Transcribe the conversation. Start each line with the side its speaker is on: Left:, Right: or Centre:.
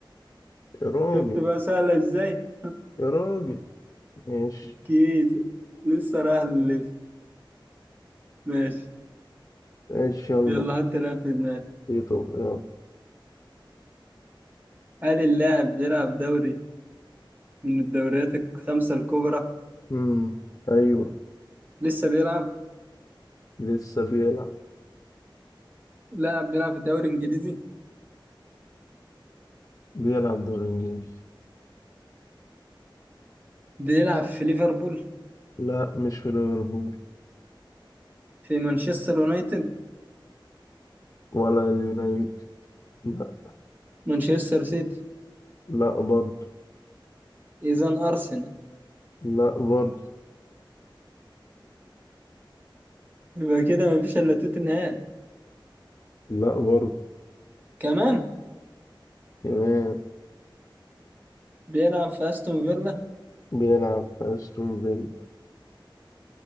Left: يا راجل
Right: شفت بقى سهلة ازاي
Left: يا راجل ماشي
Right: كيزو لسه رايح للليفر ماشي
Left: ماشي يلا
Right: يلا حط لاعب في دماغك
Left: بيتو يلا
Right: هل اللاعب بيلعب دوري من الدوريات الخمسة الكبرى
Left: امم ايوه
Right: لسه بيلعب
Left: لسه بيلعب
Right: لاعب بيلعب في الدوري الإنجليزي
Left: بيلعب دوري انجليزي
Right: بيلعب في ليفربول
Left: لا مش في ليفربول
Right: في مانشستر يونايتد
Left: ولا اليونايتد لا
Right: مانشستر سيتي
Left: لا برضه
Right: إذا أرسنال <laughs>
Left: لا برضه
Right: يبقى كده مفيش إلا توتنهام
Left: لا برضه
Right: كمان
Left: كمان
Right: بيلعب في أستون فيلا
Left: بيلعب في استون فيلا